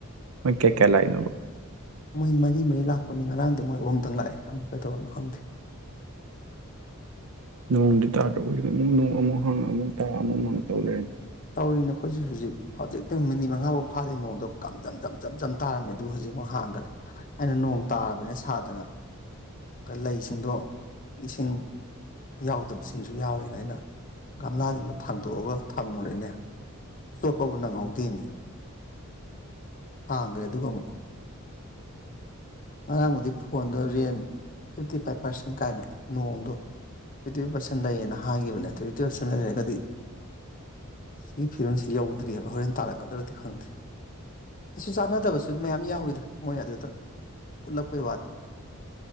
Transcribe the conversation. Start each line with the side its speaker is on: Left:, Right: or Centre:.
Right: ꯑꯣꯀꯦ ꯑꯣ ꯀꯦ ꯂꯥꯏꯅꯕ
Left: ꯃꯣꯏ ꯃꯔꯤ ꯃꯔꯤ ꯂꯥꯛꯄꯅꯤ ꯉꯔꯥꯡꯗꯤ ꯃꯣꯏ ꯑꯍꯨꯝꯗꯪ ꯂꯥꯛꯑꯦ ꯑꯃ ꯀꯩꯗꯧꯔꯝꯅꯣ ꯈꯪꯗꯦ
Right: ꯅꯣꯡꯗꯤ ꯇꯥꯗ꯭ꯔꯒꯤ ꯑꯃꯨꯛꯣꯡ ꯑꯃꯨꯛ ꯍꯪꯉꯛ ꯑꯃꯨꯛ ꯇꯥ ꯑꯃꯨꯛ ꯍꯉꯛ ꯇꯧ ꯂꯩꯔꯅꯤ
Left: ꯇꯧꯔꯤꯅꯦ ꯑꯩꯈꯣꯏꯁꯨ ꯍꯧꯖꯤꯛ ꯍꯧꯖꯤꯛꯇꯪ ꯃꯤꯅꯤꯠ ꯃꯉꯥꯐꯥꯎ ꯐꯥꯗꯦ ꯅꯣꯡꯗꯣ ꯒꯝꯖꯝ ꯒꯝ ꯖꯝ ꯖꯝ ꯇꯥꯔꯝꯃꯦ ꯑꯗꯨ ꯍꯧꯖꯤꯛꯐꯥꯎ ꯍꯥꯡꯈ꯭ꯔꯦ ꯑꯩꯅ ꯅꯣꯡ ꯇꯥꯔꯕꯅꯤ ꯁꯥꯗꯅ ꯂꯩꯁꯤꯡꯗꯣ ꯏꯁꯤꯡ ꯌꯥꯎꯗꯕꯁꯤꯡꯁꯨ ꯌꯥꯎꯔꯦꯅ ꯑꯩꯅ ꯒꯝꯂꯥꯁꯤꯡꯗꯣ ꯊꯥꯡꯗꯣꯛꯑꯒ ꯃꯨꯔꯦꯅꯦ ꯆꯣꯠꯄꯕꯨ ꯅꯪꯍꯧꯗꯦꯅꯤ ꯍꯥꯡꯈ꯭ꯔꯦ ꯑꯗꯨꯒ ꯑꯃꯨꯛ ꯉꯔꯥꯡꯕꯨꯗꯤ ꯐꯣꯟꯗ ꯔꯦꯟ ꯐꯤꯞꯇꯤ ꯐꯥꯏꯚ ꯄꯥꯔꯁꯦꯟ ꯀꯥꯏꯅ ꯅꯣꯡꯗꯣ ꯐꯤꯞꯇꯤ ꯐꯥꯏꯚ ꯄꯥꯔꯁꯦꯟ ꯂꯩꯌꯦꯅ ꯍꯥꯡꯈꯤꯕꯅꯦ ꯐꯤꯞꯇꯤꯚ ꯄꯥꯔꯁꯦꯟ ꯂꯩꯔꯒꯗꯤ ꯁꯤꯒꯤ ꯐꯤꯕꯝꯁꯤ ꯌꯧꯗ꯭ꯔꯤꯑꯕ ꯍꯣꯔꯦꯟ ꯇꯥꯔꯛꯀꯗ꯭ꯔꯗꯤ ꯈꯪꯗꯦ ꯀꯩꯁꯨ ꯆꯥꯟꯅꯗꯕꯁꯨ ꯃꯌꯥꯝ ꯌꯥꯎꯋꯤꯗ ꯃꯣꯏ ꯑꯗꯨꯗ ꯎꯠꯂꯛꯄꯩ ꯋꯥꯅꯤ